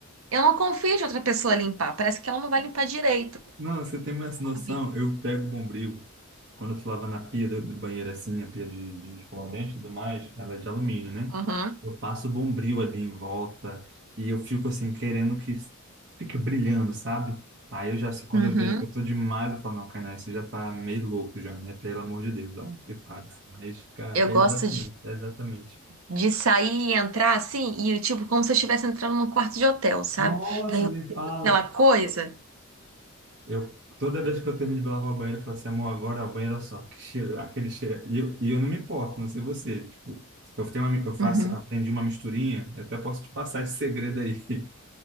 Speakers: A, on the right; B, on the right.
A: eu não confio de outra pessoa limpar. Parece que ela não vai limpar direito,
B: Não, você tem mais noção.
A: sabe?
B: Eu pego o Bombril quando eu tô lavando a pia do, do banheiro assim, a pia de, de escovar o dente e tudo mais, ela é de alumínio, né?
A: Uhum.
B: Eu passo o Bombril ali em volta e eu fico assim, querendo que fique brilhando, sabe? Aí eu já sei, quando
A: Uhum.
B: eu vejo que eu tô demais, eu falo, não, Kainá, você já tá meio louco já, né? Pelo amor de Deus, ó, e para, assim. Mas, cara,
A: Eu
B: é
A: gosto
B: exatamente,
A: de
B: é exatamente.
A: De sair e entrar assim, e tipo, como se eu estivesse entrando num quarto de hotel, sabe?
B: Nossa,
A: Que aí eu
B: nem
A: sinto
B: fala.
A: aquela coisa.
B: Eu, toda vez que eu termino de lavar o banheiro, eu falo assim, amor, agora o banheiro é só, que cheiro, aquele cheiro. E eu, e eu não me importo, não sei você. Tipo, eu tenho uma, mi- eu faço,
A: Uhum.
B: aprendi uma misturinha, eu até posso te passar esse segredo aí.